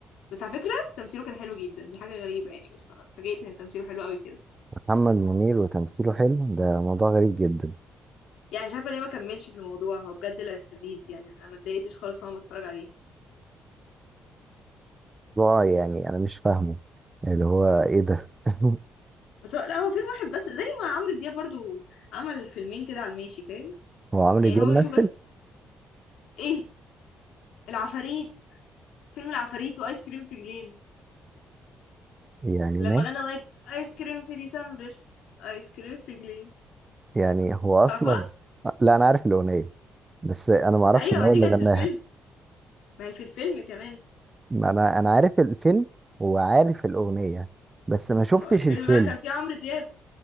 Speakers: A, on the left; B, on the right.
A: بس على فكره تمثيله كان حلو جدا دي حاجه غريبه يعني بس انا اتفاجئت ان تمثيله حلو قوي كده
B: محمد منير وتمثيله حلو ده موضوع غريب جدا
A: يعني مش عارفه ليه ما كملش في الموضوع هو بجد لذيذ يعني انا ما اتضايقتش خالص وانا بتفرج عليه
B: موضوع يعني انا مش فاهمه اللي هو ايه ده <laughs>
A: بس هو لا هو فيلم واحد بس زي ما عمرو دياب برضو عمل فيلمين كده على الماشي فاهم
B: هو عمرو
A: يعني
B: دياب
A: هو
B: مثل
A: يشوف بس ايه العفاريت فيلم العفاريت وايس كريم في جليم
B: يعني
A: لما
B: ماشي
A: غنى أغنية آيس كريم في ديسمبر آيس كريم في جليم
B: يعني هو اصلا
A: تعرفهاش؟
B: لا انا عارف الاغنيه بس انا ما اعرفش
A: أيوة
B: ان هو
A: دي
B: اللي
A: كانت
B: غناها
A: في الفيلم ما هي في الفيلم كمان
B: ما انا انا عارف الفيلم وعارف الاغنيه بس ما شفتش
A: ما هو الفيلم
B: الفيلم
A: بقى كان فيه عمرو دياب